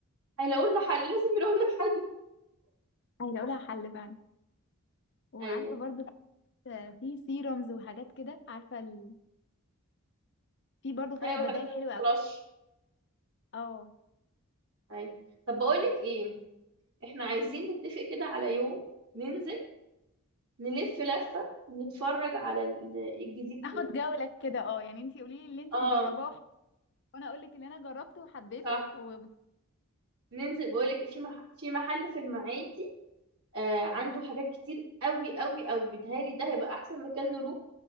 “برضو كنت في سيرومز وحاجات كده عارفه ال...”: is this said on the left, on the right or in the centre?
Left